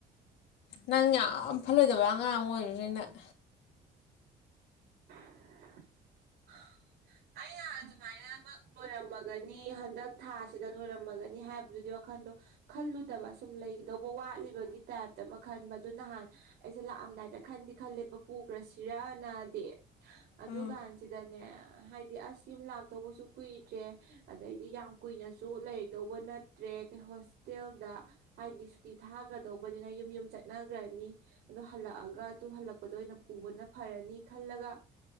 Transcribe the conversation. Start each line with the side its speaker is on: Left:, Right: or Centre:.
Left: ꯅꯪ ꯌꯥꯝ ꯐꯠꯂꯣꯏꯗꯕ ꯑꯉꯥꯡ ꯑꯃ ꯑꯣꯏꯔꯅꯤ ꯅꯪ
Right: <unintelligible> ꯑꯩꯅ ꯑꯗꯨꯃꯥꯏꯅꯃꯛ ꯂꯣꯏꯔꯝꯃꯒꯅꯤ ꯍꯟꯗꯛ ꯊꯥꯁꯤꯗ ꯂꯣꯏꯔꯝꯃꯒꯅꯤ ꯍꯥꯏꯕꯗꯨꯗꯤ ꯋꯥꯈꯟꯗꯣ ꯈꯜꯂꯨꯗꯕ ꯁꯨꯝ ꯂꯩꯒꯗꯧꯕ ꯋꯥꯠꯂꯤꯕꯒꯤ ꯇꯥꯏꯞꯇ ꯑꯃ ꯈꯟꯕ ꯑꯗꯨ ꯅꯍꯥꯟ ꯑꯩꯁꯦ ꯂꯥꯛꯑꯝꯗꯥꯏꯗ ꯈꯟꯗꯤ ꯈꯟ ꯂꯦꯞꯄ ꯄꯨꯈ꯭ꯔꯁꯤꯔꯅꯗꯤ ꯑꯗꯨ
Left: ꯎꯝ
Right: ꯀꯥꯟꯁꯤꯗꯅꯦ ꯍꯥꯏꯗꯤ ꯑꯁ ꯌꯨꯝ ꯂꯥꯛꯇꯧꯕꯁꯨ ꯀꯨꯏꯗ꯭ꯔꯦ ꯑꯗꯩꯗꯤ ꯌꯥꯝ ꯀꯨꯏꯅꯁꯨ ꯂꯩꯔꯤꯛꯗꯧꯕ ꯅꯠꯇ꯭ꯔꯦ ꯍꯣꯁꯇꯦꯜꯗ ꯍꯥꯏꯕꯗꯤ ꯁꯨꯇꯤ ꯊꯥꯈ꯭ꯔꯗꯧꯕꯅꯤꯅ ꯌꯨꯝ ꯌꯨꯝ ꯆꯠꯅꯈ꯭ꯔꯅꯤ ꯑꯗꯨ ꯍꯜꯂꯛꯑꯒ ꯑꯗꯨ ꯍꯜꯂꯛꯄꯗ ꯑꯣꯏꯅ ꯄꯨꯕꯅ ꯐꯔꯅꯤ ꯈꯜꯂꯒ